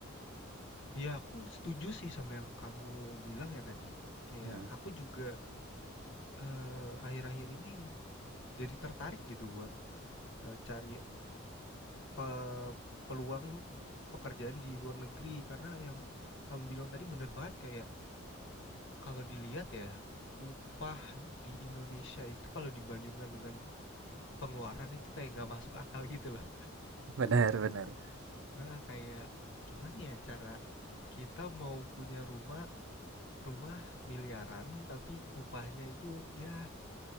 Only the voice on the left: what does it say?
Ya aku setuju sih sama yang kamu bilang ya tadi. Kayak
aku juga eh, akhir-akhir ini jadi tertarik gitu buat eh, cari pe- peluang pekerjaan di luar negeri karena yang kamu bilang tadi bener banget kayak kalau dilihat ya upah di Indonesia itu kalau dibandingkan dengan pengeluaran itu kayak nggak masuk akal gitu loh.
Nah, kayak gimana ya cara kita mau punya rumah rumah miliaran tapi upahnya itu ya